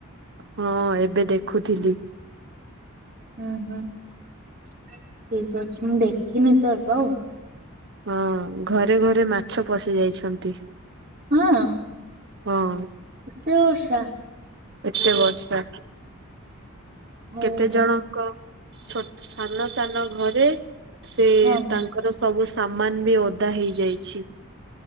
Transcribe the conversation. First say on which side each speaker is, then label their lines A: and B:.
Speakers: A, on the right; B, on the right.
A: ହଁ ଏବେ ଦେଖୁଥିଲି।
B: ହୁଁ ହୁଁ ଠିକ ଅଛି ମୁଁ ଦେଖିନି ତ ଏବେ ଆଉ।
A: ହଁ ଘରେ ଘରେ ମାଛ ପଶି ଯାଇଛନ୍ତି।
B: ହଁ।
A: ହଁ।
B: କେତେ ବର୍ଷା?
A: ଏତେ ବର୍ଷା।
B: ହଉ
A: କେତେ
B: ହଉ
A: ଜଣଙ୍କ ସାନ ସାନ ଘରେ ସେ
B: ହଁ
A: ତା ତାଙ୍କର ସବୁ ସାମାନ ବି ଓଦା ହେଇଯାଇଛି।